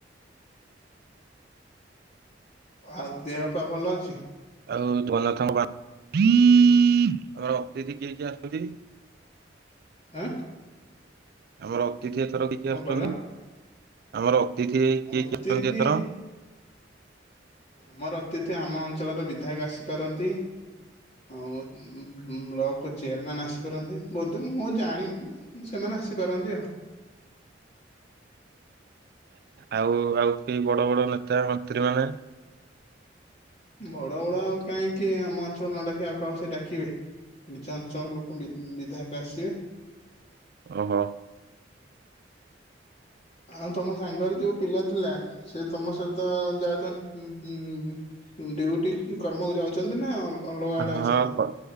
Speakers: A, on the left; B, on the right.
A: ଆଉ ଦେହ ପା ଭଲ ଅଛି।
B: ଆଉ ଜଗନ୍ନାଥଙ୍କ ଆମର ଅତିଥି କିଏ କିଏ ଆସୁଛନ୍ତି <inaudible>
A: ଉଁ।
B: ଆମର ଅତିଥି ଏଥର କିଏ କିଏ
A: କଣ
B: ଆସୁଛନ୍ତି
A: କହିଲ
B: ଆମର ଅତିଥି କିଏ
A: ଅତିଥି
B: କିଏ ଆସୁଛନ୍ତି ଏଥର।
A: ଆମର ଅତିଥି ଆମ ଅଞ୍ଚଳର ବିଧାୟକ ଆସିପାରନ୍ତି ଆଉ ବ୍ଲକ ଚେୟାରମ୍ୟାନ୍ ଆସିପାରନ୍ତି ବୋଧେ ମୁଁ ଜାଣିନି ସେମାନେ ଆସିପାରନ୍ତି ଆଉ।
B: ଆଉ ଆଉ କେହି ବଡ ବଡ ନେତା ମନ୍ତ୍ରୀ ମାନେ
A: ବଡ ବଡ ଆଉ କାଇଁ। କିଏ ଆମ ଅଞ୍ଚଳ ନ ଡାକି ଆଉ କାହାକୁ ସେ ଡାକିବେ ନିଜ ଅଞ୍ଚଳ ର ଲୋକ ବିଧାୟକ ଆସିବେ।
B: ଓହୋ।
A: ଆଉ ତମ ସାଙ୍ଗରେ ଯୋଉ ପିଲା ଥିଲା ସେ ତମ ସହିତ ଯାଉଛନ୍ତି। ଉଁ ଉଁ ଡିଉଟି କି କର୍ମ କୁ ଯାଉଛନ୍ତି ନା ଅଲଗା
B: ହଁ
A: ଆଡ଼େ ଅଛନ୍ତି।
B: କ-